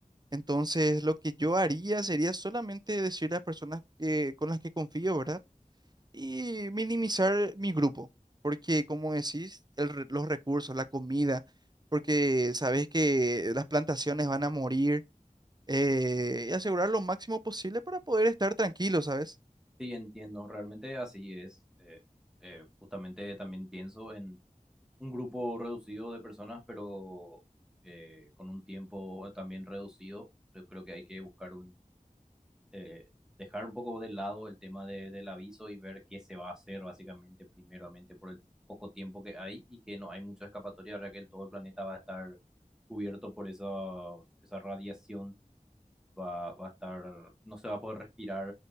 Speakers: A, on the right; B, in the centre.
A: Entonces, lo que yo haría sería solamente decir a las personas que, con las que confío, ¿verdad? Y minimizar mi grupo, porque como decís, el re- los recursos, la comida, porque sabes que las plantaciones van a morir, eh, y asegurar lo máximo posible para poder estar tranquilo, ¿sabes?
B: sí, entiendo, realmente así es. eh, eh, justamente también pienso en un grupo reducido de personas, pero eh, con un tiempo también reducido. Yo creo que hay que buscar un eh, dejar un poco de lado el tema de- del aviso y ver qué se va a hacer básicamente primeramente por el poco tiempo que hay y que no hay mucha escapatoria, ahora que el- todo el planeta va a estar cubierto por esa, esa radiación, va, va a estar, no se va a poder respirar,